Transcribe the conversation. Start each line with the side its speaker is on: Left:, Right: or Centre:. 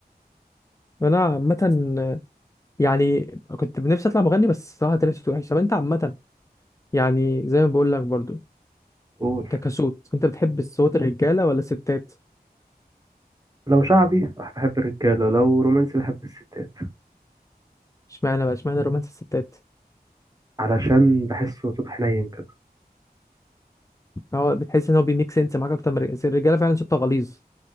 Left: انا عامه يعني كنت نفسي اطلع مغني بس صراحه طلعت صوتي وحش طب انت عامه يعني زي ما بقول لك برضو
Right: قول
Left: ك- كصوت انت بتحب صوت الرجاله ولا الستات
Right: لو شعبي بحب الرجالة لو رومانسي بحب الستات
Left: اشمعنى بقى اشمعنى رومانس الستات
Right: علشان بحسه صوت حنين كده
Left: هو بتحس ان هو بيميك سنس معاك اكتر من الرج- الرجاله فعلا صوتها غليظ